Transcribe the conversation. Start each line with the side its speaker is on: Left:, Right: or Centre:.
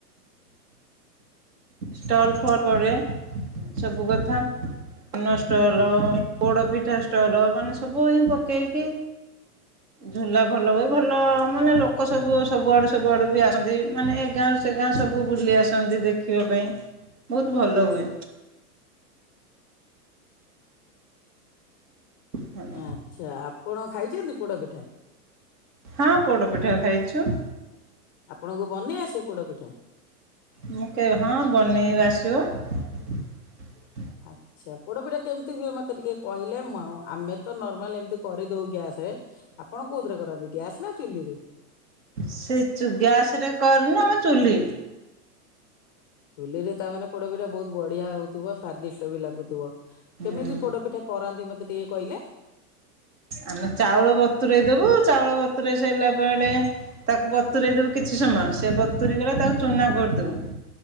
Right: ଷ୍ଟଲ୍ ଫଲ୍ ପଡେ। ସବୁ କଥା ପାନ ଷ୍ଟଲ୍ ପୋଡ ପିଠା ଷ୍ଟଲ୍ ମାନେ ସବୁ ହିଁ ପକେଇକି ଝୁଲା ଭଲ ହୁଏ ଭଲ ମାନେ ଲୋକ ସବୁ ସବୁଆଡୁ ସବୁଆଡୁ ବି ଆସନ୍ତି ମାନେ ଏ ଗାଁ ରୁ ସେ ଗାଁ ସବୁ ବୁଲି ଆସନ୍ତି ଦେଖିବା ପାଇଁ ବହୁତ ଭଲ ହୁଏ। ଭଲ
Left: ଆଛା ଆପଣ ଖାଇଛନ୍ତି ପୋଡ ପିଠା?
Right: ହଁ ପୋଡ ପିଠା ଖାଇଛୁ।
Left: ଆପଣଙ୍କୁ ବନେଇ ଆସେ ପୋଡ ପିଠା?
Right: ମୁଁ କେ ହଁ ବନେଇବା ଆସିବ।
Left: ଆଛା ପୋଡ ପିଠା କେମିତି ହୁଏ ମତେ ଟିକେ କହିଲେ ମୁଁ ଆଉ ଆମେ ତ ନର୍ମାଲ୍ ଏମିତି କରିଦଉ ଗ୍ୟାସ୍ ରେ ଆପଣ କୋଉଥିରେ କରନ୍ତି ଗ୍ୟାସ୍ ନା ଚୁଲିରେ?
Right: ସେ ଯୋଉ ଗ୍ୟାସ୍ ରେ କରନା ନା ଚୁଲି?
Left: ଚୁଲି ରେ ତା ମାନେ ପୋଡ ପିଠା ବହୁତ ବଢ ବଢିଆ ହଉଥିବ ସ୍ଵାଦିଷ୍ଟ ବି ଲାଗୁଥିବ
Right: ହୁଁ
Left: କେମିତି ପୋଡ ପିଠା କରାନ୍ତି ମତେ ମତେ ଟିକେ କହିଲେ।
Right: ଆମେ ଚାଉଳ ବତୁରେଇ ଦବୁ ଚାଉଳ ବତୁରେଇ ସାରିଲା ପରେ ତାକୁ ବତୁରେଇ ଦେଲୁ କି କିଛି ସମୟ ସେ ବତୁରି ଗଲେ ତାକୁ ଚୁନା କରିଦବୁ